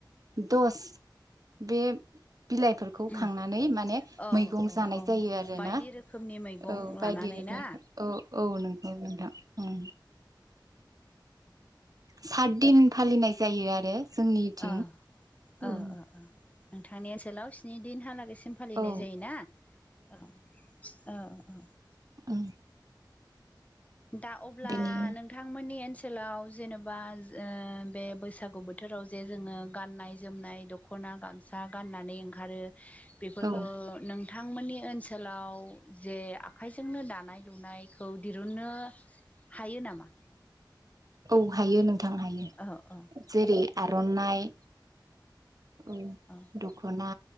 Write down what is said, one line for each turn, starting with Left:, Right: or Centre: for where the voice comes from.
Right: दस बे बिलाइफोरखौ
Left: उम
Right: खांनानै माने
Left: औ
Right: मैगं
Left: औ
Right: जानाय
Left: औ
Right: जायो
Left: औ
Right: आरो
Left: बायदि
Right: ना औ
Left: रोखोमनि मैगं लानानै
Right: बायदि रोखोमै
Left: ना
Right: औ औ नोंगौ नोंथां सात दिन फालिनाय जायो आरो जोंनिथिं
Left: औ
Right: औ
Left: ओ ओ ओ नोंथांनि ओनसोलाव स्नि दिनहालागैसिम फालिनाय
Right: औ
Left: जायोना औ औ औ
Right: उम
Left: दा अब्ला
Right: बिनिनो
Left: नों नोंथांमोननि ओनसोलाव जेनेबा बे बैसागु बोथोराव जे जोङो गाननाय जोमनाय दख दख'ना गामसा गाननानै ओंखारो बेफोरखौ
Right: औ
Left: नोंथांमोननि ओनसोलाव जे आखाइजोंनो दानाय लुनायखौ दिरुन नो हायो नामा?
Right: औ हायो नोंथां हायो
Left: औ औ
Right: जेरै आर'नाइ औ
Left: अ।
Right: दख'ना